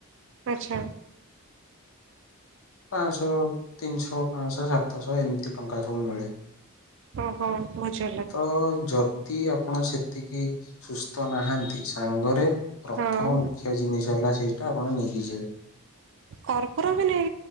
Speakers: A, on the right (about 55°); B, on the left (about 70°).
A: ଆଚ୍ଛା,
B: ପାଂଶ ତିନିଶହ ପାଂଶ ସାତଶହ ଏମିତି ଟଙ୍କା ସବୁ ମିଳେ।
A: ହଁ ବୁଝ
B: ତ ଯଦି ଆପଣ ସେତିକି ସୁସ୍ଥ ନାହାନ୍ତି ସାଙ୍ଗରେ ର୍ର
A: ହଁ
B: ପ୍ରଥମ ମୁଖ୍ୟ ଜିନିଷ ହେଲା ସେଇଟା ଆପଣ ନେଇକି ଯିବେ।
A: କର୍ପୁର ବି ନାଇଁ